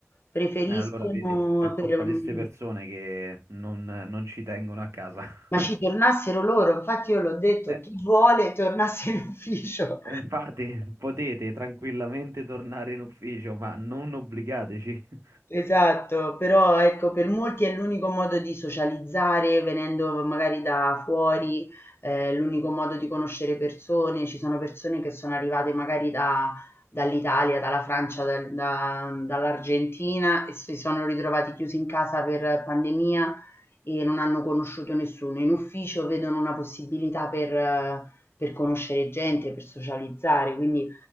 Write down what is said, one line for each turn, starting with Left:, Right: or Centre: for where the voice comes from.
Left: preferiscono
Right: Eh, allora vedi, per colpa
Left: per
Right: di
Left: mhmm,
Right: queste persone che non, non ci tengono a casa. <laughs>
Left: ma ci tornassero loro, infatti io l'ho detto:
Right: Eh,
Left: "Chi vuole tornasse in ufficio".
Right: eh, infatti, potete tranquillamente tornare in ufficio, ma non obbligateci. <laughs>
Left: Esatto, però ecco, per molti è l'unico modo di socializzare, venendo magari da fuori, eh, l'unico modo di conoscere persone. Ci sono persone che sono arrivate magari da- dall'Italia, dalla Francia, dal- da- dall'Argentina e si sono ritrovati chiusi in casa per pandemia e non hanno conosciuto nessuno. In ufficio vedono una possibilità per, eh, per conoscere gente, per socializzare, quindi